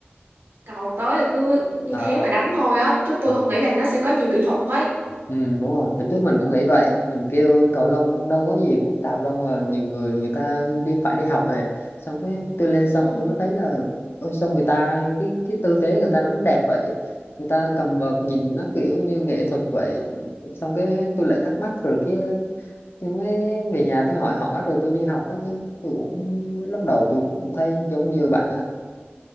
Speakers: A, on the right (about 70°); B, on the left (about 65°).
A: cầu tới là cứ như
B: à,
A: thế mà đánh thôi á chứ tôi
B: à.
A: không nghĩ là nó sẽ có nhiều kỹ thuật ấy
B: Ừ, đúng rồi, từ trước mình cũng nghĩ vậy Mình kêu cầu lông đâu có gì phức tạp đâu mà Nhiều người người ta đi phải đi học về Xong cái tôi lên sân
A: ừ.
B: tôi mới thấy là Ôi sao người ta cái cái tư thế người ta đánh đẹp vậy Người ta cầm vợt nhìn nó kiểu như nghệ thuật vậy Xong cái tôi lại thắc mắc rồi cái Tôi mới về nhà tôi hỏi hỏi rồi tôi đi học á chứ Tôi cũng lúc đầu tôi cũng thấy giống như bạn á